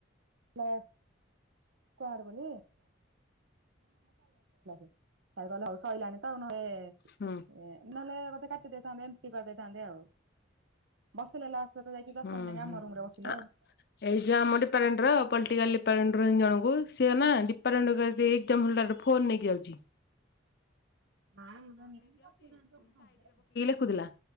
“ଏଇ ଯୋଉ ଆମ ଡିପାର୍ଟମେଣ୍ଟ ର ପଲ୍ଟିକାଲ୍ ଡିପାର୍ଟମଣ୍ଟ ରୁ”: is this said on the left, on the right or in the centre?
Left